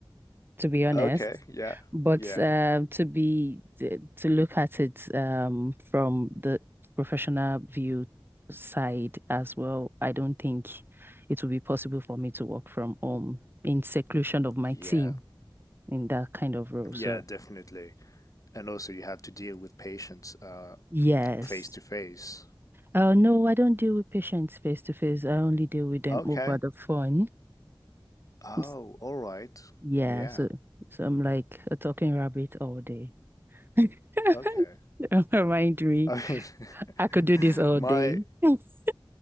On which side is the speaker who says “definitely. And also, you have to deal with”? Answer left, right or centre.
Left